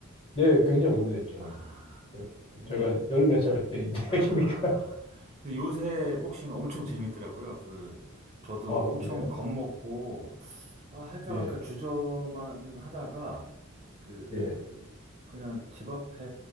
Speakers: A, on the left; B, on the right.
A: 네, 굉장히 오래됐죠.
B: 아,
A: 저-
B: 근데,
A: 제가 열 몇 살 때
B: 아,
A: 이야기니까. <laughs>
B: 근데 요새 복싱 엄청 재밌더라고요. 그, 저도
A: 아,
B: 엄청
A: 그래요?
B: 겁먹고, 아, 할까
A: 예,
B: 말까 주저만 하다가 그
A: 예,
B: 그냥 집 앞에